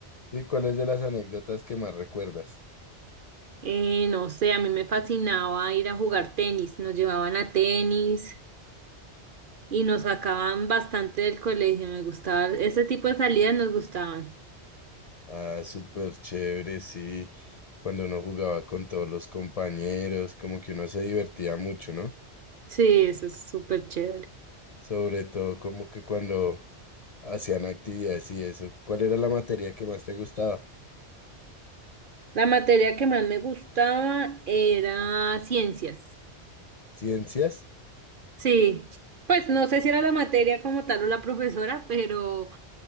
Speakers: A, on the left; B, on the right.
A: Sí, ¿cuáles de las anécdotas que más recuerdas?
B: Eh, no sé, a mí me fascinaba ir a jugar tenis. Nos llevaban a tenis y nos sacaban bastante del colegio. Me gustaba, ese tipo de salidas nos gustaban.
A: Ah, súper chévere, sí. Cuando uno jugaba con todos los compañeros, como que uno se divertía mucho, ¿no?
B: Sí, eso es súper chévere.
A: Sobre todo como que cuando Hacían actividades y eso. ¿Cuál era la materia que más te gustaba?
B: La materia que más me gustaba era ciencias.
A: ¿Ciencias?
B: Sí, pues no sé si era la materia como tal o la profesora, pero,